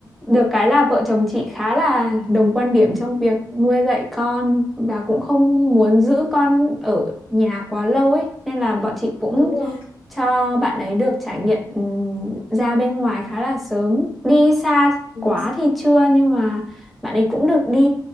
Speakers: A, in the centre; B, on the left.
A: được cái là vợ chồng chị khá là đồng quan điểm trong việc nuôi dạy con và cũng không
B: Ừ.
A: muốn giữ con ở nhà quá lâu ấy nên là bọn chị cũng
B: Đúng rồi,
A: cho bạn ấy được trải nghiệm ừm, ra bên ngoài khá là sớm. Đi xa
B: đúng
A: quá
B: rồi.
A: thì chưa nhưng mà bạn ấy cũng được đi